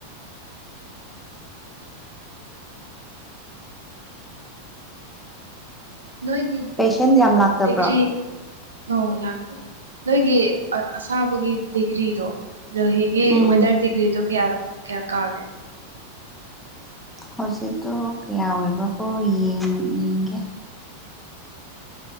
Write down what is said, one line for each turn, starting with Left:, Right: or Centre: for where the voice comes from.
Right: ꯅꯣꯏꯒꯗꯤ
Centre: ꯄꯦꯁꯦꯟ ꯌꯥꯝ
Right: ꯑꯥ
Centre: ꯂꯥꯛꯇꯕ꯭ꯔꯣ
Right: ꯇꯗꯤꯒ꯭ꯔꯤ ꯑꯣ ꯂꯥꯛꯇꯦ ꯅꯣꯏꯒꯤ ꯑꯁꯥꯕꯒꯤ ꯗꯤꯒ꯭ꯔꯤꯗꯣ ꯗꯣꯍꯤꯒꯤ
Centre: ꯎꯝ
Right: ꯋꯦꯗꯔ ꯗꯤꯒ꯭ꯔꯤꯗꯨ ꯀꯌꯥ ꯀꯌꯥ ꯀꯥꯒꯦ
Centre: ꯍꯧꯖꯤꯛꯇꯣ ꯀꯌꯥ ꯑꯣꯏꯕꯀꯣ ꯌꯦꯡꯒꯦ